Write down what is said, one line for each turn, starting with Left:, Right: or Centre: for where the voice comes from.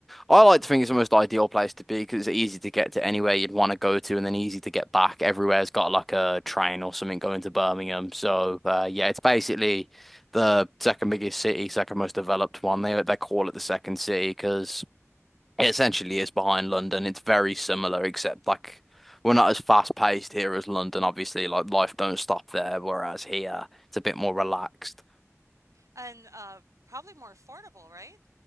Centre: I like to think it's the most ideal place to be because it's easy to get to anywhere you'd want to go to and then easy to get back. Everywhere's got like a train or something going to Birmingham. So uh, yeah, it's basically the second biggest city, second most developed one. They they call it the second city because. It essentially is behind London. It's very similar, except like we're not as fast paced here as London, obviously. Like life don't stop there, whereas here it's a bit more relaxed.
Right: And uh probably more affordable, right?